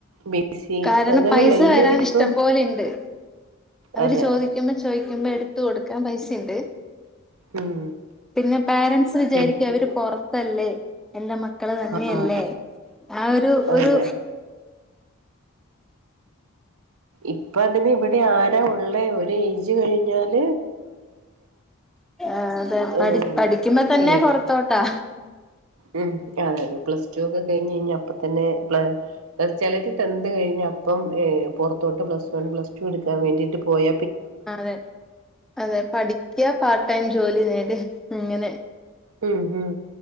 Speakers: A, on the right; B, in the centre.
A: ബിസി
B: കാരണം
A: അങ്ങനെയല്ല
B: പൈസ
A: എല്ലാരും
B: വെരാൻ
A: ഇപ്പം
B: ഇഷ്ടം പോലെ ഇണ്ട് അവര്
A: അതെ
B: ചോദിക്കുമ്പോ ചോയിക്കുമ്പോ എട്ത്ത് കൊട്ക്കാൻ പൈസ ഇണ്ട്
A: ഉം
B: പിന്നെ പേരെൻസ് വിചാരിക്കും
A: പി
B: അവര് പൊറത്ത് അല്ലെ? എന്റെ മക്കൾ തന്നെ
A: ആഹ്
B: അല്ലെ? ആ ഒരു ഒരു
A: അതെ ഇപ്പ അതിന് ഇവിടെ ആരാ ഉള്ളെ ഒര് എയ് ജ് കഴിഞ്ഞാൽ
B: ആഹ് അതെ പഠി
A: ഏഹ്
B: പഠിക്കുമ്പോ തെന്നെ
A: എൽ
B: പൊർത്തോട്ടാ
A: ഉം അതെ അതെ പ്ലസ് ടു ഒക്കെ കഴിഞ്ഞ് കഴിഞ്ഞാ അപ്പ തെന്നെ പ്ല പെലെരൊക്കെ ടെൻത്ത് കഴഞ്ഞാ അപ്പം പൊർ തൊട്ട് പ്ലസ് വൺ പ്ലസ് ടു എട്ക്കാൻ വേണ്ടി പോയ
B: അതെ അതെ പഠിക്കാ പാർട്ട് ടൈം ജോലി നേടി ഇങ്ങനെ
A: ഉം ഉം